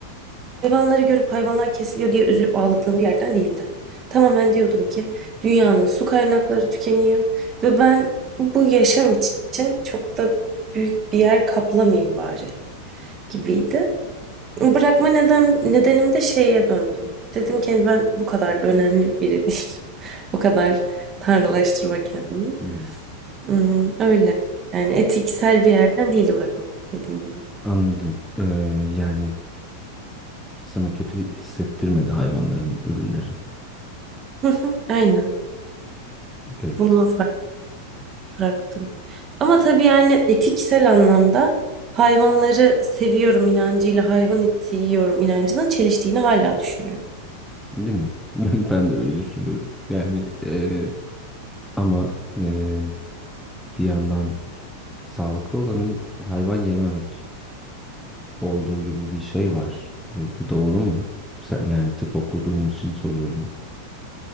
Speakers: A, on the right; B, in the centre.
A: hayvanları görüp hayvanlar kesiliyor diye üzülüp ağladığım bir yerden değildi. Tamamen diyordum ki dünyanın su kaynakları tükeniyor ve ben bu yaşam için çok da büyük bir yer kaplamayayım bari gibiydi. Bırakma neden, nedenim de şeye döndü. Dedim ki "Hani ben bu kadar da önemli biri değilim. <laughs> O kadar tanrılaştırma kendini.
B: Hmm.
A: Hmm, öyle. Yani etiksel bir yerden değil bırakma dediğim gibi.
B: Anladım. Ee, yani sana kötü hissettirmedi hayvanların ölümleri.
A: Hı hı, Aynen.
B: Okey.
A: Bunu bıraktım. Ama tabii yani etiksel anlamda hayvanları seviyorum inancıyla hayvan eti yiyorum inancının çeliştiğini hala düşünüyorum.
B: Değil mi? <laughs> Ben, ben de öyle düşünüyorum. Yani e, ama e, bir yandan sağlıklı olanın hayvan yememek olduğu gibi bir şey var. E, bu doğru mu? Sen, yani tıp okuduğun için soruyorum.